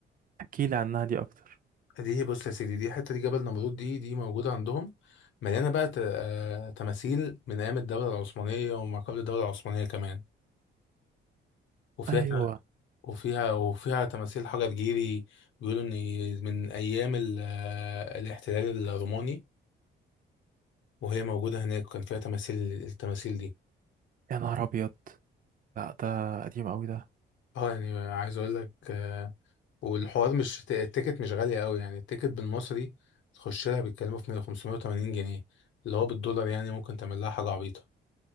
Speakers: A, on the right (about 45°); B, on the left (about 75°).
A: احكيلي عنها دي اكتر
B: دي بص يا سيدي دي حته دي جبل نمرود دي دي موجوده عندهم مليانه بقى ت- آه، تماثيل من ايام الدوله العثمانيه وما قبل الدوله العثمانيه كمان وفيها
A: ايوه
B: ت- وفيها وفيها تماثيل حجر جيري بيقولوا ان من ايام ال- آه، الاحتلال الروماني وهي موجوده هناك وكان فيها تماثيل التماثيل دي
A: يا نهار ابيض لا ده قديم اوي ده
B: اه يعني عايز اقول لك آه، والحوار مش ت- التيكت مش غاليه قوي يعني التيكت بالمصري تخش لها بيتكلموا في 580 جنيه اللي هو بالدولار يعني ممكن تعمل لها حاجه عبيطه